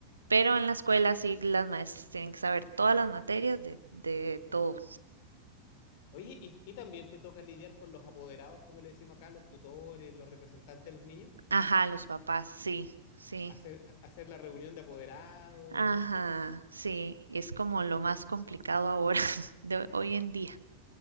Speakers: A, on the right; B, on the left.
A: Pero en la escuela sí las maestras tienen que saber todas las materias de, de todo.
B: Oye, y, y también te toca lidiar con los apoderados, como le decimos acá, los tutores, los representantes de los niños?
A: Ajá, los papás, sí, sí.
B: ¿Hacer, a- hacer la reunión de apoderados?
A: Ajá, sí, es como lo más complicado ahora, <laughs> de hoy en día.